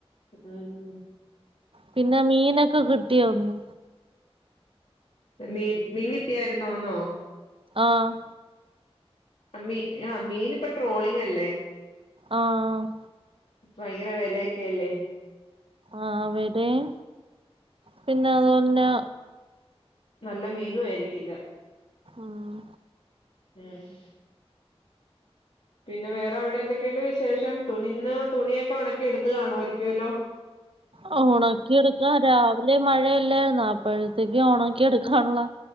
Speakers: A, on the left (about 75°); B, on the right (about 60°).
A: ഉം
B: പിന്നെ മീനൊക്കെ കിട്ട് ട്ടിയോ ഇന്ന്?
A: മീൻ മീൻ കിട്ടിയാരുന്നോന്നോ?
B: ആഹ്
A: മീ ആ മീൻ ഇപ്പൊ ട്രോളിങ് അല്ലേ
B: ആ ആഹ്
A: ഭയങ്കര വിലയൊക്കെയല്ലേ
B: ആ അവിടെം പിന്നെ അതുപോലന്നെ
A: നല്ല മീനും ആയിരിക്കില്ല
B: ആഹ്
A: ഉം പിന്നെ വേറെ അവിടെ എന്തൊക്കെയുണ്ട് വിശേഷം തുണിന്ന് തുണിയൊക്കെ ഒണക്കി എടുത്ത് കാണുവായിരിക്കുവല്ലോ
B: ആ ഒണക്കിയെടുക്കാൻ രാവിലെ മഴയക് ഇല്ലായിരുന്നോ അപ് അപ്പഴത്തേക്ക് ണക്കി എടുക്കാനൊള്ള